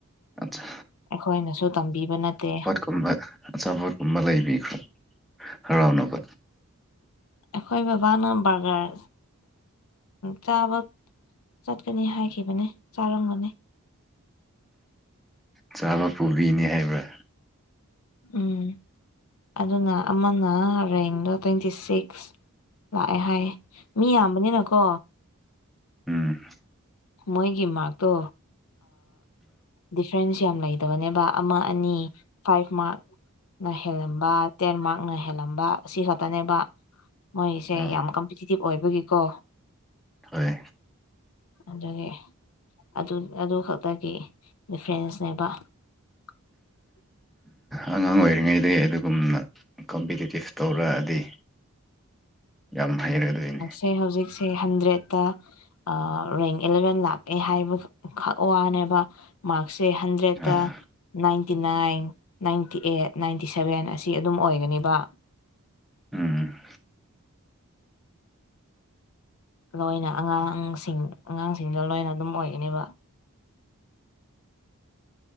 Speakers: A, in the centre; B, on the left.
A: ꯑꯆꯥ
B: ꯑꯩꯈꯣꯏꯅꯁꯨ ꯇꯝꯕꯤꯕ ꯅꯠꯇꯦ
A: ꯒꯨꯝꯕ ꯑꯆꯥꯄꯣꯠ ꯀꯨꯝꯕ ꯂꯩꯕꯤꯈ꯭ꯔꯣ ꯍꯔꯥꯎꯅꯕ
B: ꯑꯩꯈꯣꯏ ꯕꯕꯥꯅ ꯕꯔꯒꯔ ꯆꯥꯕ ꯆꯠꯀꯅꯤ ꯍꯥꯏꯈꯤꯕꯅꯤ ꯆꯥꯔꯝꯒꯅꯤ
A: ꯆꯥꯕ ꯄꯨꯕꯤꯅꯤ ꯍꯥꯏꯕ꯭ꯔꯥ
B: ꯎꯝ ꯑꯗꯨꯅ ꯑꯃꯅ ꯔꯦꯡꯗꯣ ꯇ꯭ꯋꯦꯟꯇꯤ ꯁꯤꯛꯁ ꯂꯥꯛꯑꯦ ꯍꯥꯏꯌꯦ ꯃꯤ ꯌꯥꯝꯕꯅꯤꯅꯀꯣ
A: ꯎꯝ
B: ꯃꯣꯏꯒꯤ ꯃꯥꯔꯛꯇꯣ ꯗꯤꯐ꯭ꯔꯦꯟꯁ ꯌꯥꯝ ꯂꯩ ꯐ ꯇꯕꯅꯦꯕ ꯑꯃ ꯑꯅꯤ ꯐꯥꯏꯚ ꯃꯥꯔꯛꯅ ꯍꯦꯜꯂꯝꯕ ꯇꯦꯟ ꯃꯥꯔꯛꯅ ꯍꯦꯜꯂꯝꯕ ꯑꯁꯤ ꯈꯛꯇꯅꯦꯕ ꯃꯣꯏꯁꯦ
A: ꯑꯥ
B: ꯌꯥꯝ ꯀꯝꯄꯤꯇꯤꯇꯤꯞ ꯑꯣꯏꯕꯒꯤꯀꯣ
A: ꯍꯣꯏ
B: ꯑꯗꯒꯤ ꯑꯗꯨ ꯑꯗꯨ ꯈꯛꯇꯒꯤ ꯗꯤꯐ꯭ꯔꯦꯟꯁꯅꯦꯕ <unintelligible>
A: ꯑꯉꯥꯡ ꯑꯣꯏꯔꯤꯉꯩꯗ ꯑꯗꯨꯒꯨꯝꯅ ꯀꯝꯄꯤꯇꯤꯇꯤꯞ ꯇꯧꯔꯛꯑꯗꯤ ꯌꯥꯝ ꯐꯩꯔꯦ ꯑꯗꯨ ꯑꯣꯏꯅꯦ
B: ꯁꯦ ꯍꯧꯖꯤꯛꯁꯦ ꯍꯟꯗ꯭ꯔꯦꯗꯠꯇ ꯔꯦꯡ ꯑꯦꯂꯚꯦꯟ ꯂꯥꯛꯑꯦ ꯍꯥꯏꯕ ꯈꯛ ꯋꯥꯅꯦꯕ ꯃꯥꯔꯛꯁꯁꯦ ꯍꯟꯗ꯭ꯔꯦꯗꯠꯇ
A: ꯑꯥ
B: ninety nine ninety eight ninety seven ꯑꯁꯤ ꯑꯗꯨꯝ ꯑꯣꯏꯒꯅꯦꯕ
A: ꯎꯝ
B: ꯂꯣꯏꯅ ꯑꯉꯥꯡꯁꯤꯡ ꯑꯉꯥꯡꯁꯤꯡꯗ ꯂꯣꯏꯅ ꯑꯗꯨꯝ ꯑꯣꯏꯒꯅꯦꯕ